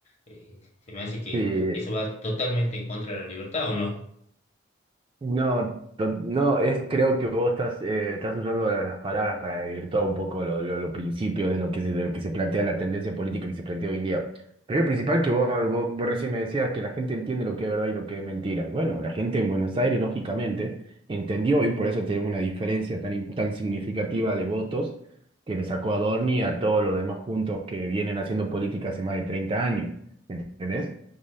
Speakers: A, on the left; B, on the right.
A: Eh, se me hace que
B: Sí,
A: eso va totalmente en contra de la libertad, ¿o no?
B: No, to- no, es, creo que vos estás, eh, estás usando la- las palabras para desvirtuar un poco los lo, lo- los principios de lo que se, de lo que se plantea la tendencia política que se plantea hoy en día. Primero y principal que vos, vos, vos recién me decías que la gente entiende lo que es verdad y lo que es mentira. Bueno, la gente en Buenos Aires, lógicamente, entendió y por eso tenemos una diferencia tan, in- tan significativa de votos que le sacó a Dorni y a todos los demás juntos que vienen haciendo política hace más de 30 años. ¿Entendés?